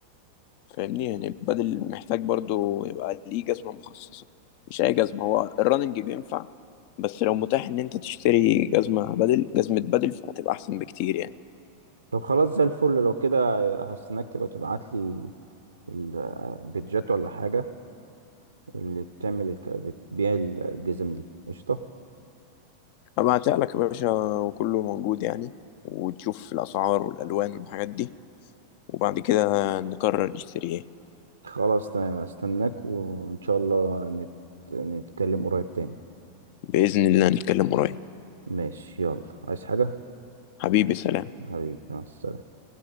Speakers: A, on the left; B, on the right.
A: فاهمني يعني بدل محتاج برضو يبقى ليه جزمة مخصصة مش أي جزمة هو الرننج بينفع بس لو متاح إن أنت تشتري جزمة بدل جزمة بدل فهتبقى أحسن بكتير يعني
B: طب خلاص زي الفل لو كده هستناك تبقى تبعت لي البيتجات ولا حاجة اللي بتعمل الك... بتبيع الجزم دي قشطة
A: هبعتها لك يا باشا وكله موجود يعني وتشوف الأسعار والألوان والحاجات دي وبعد كده نقرر نشتري إيه
B: خلاص تمام هستناك وان شاء الله نت... نتكلم قريب تاني
A: بإذن الله نتكلم قريب
B: ماشي يلا عايز حاجة
A: حبيبي سلام
B: حبيبي مع السلامة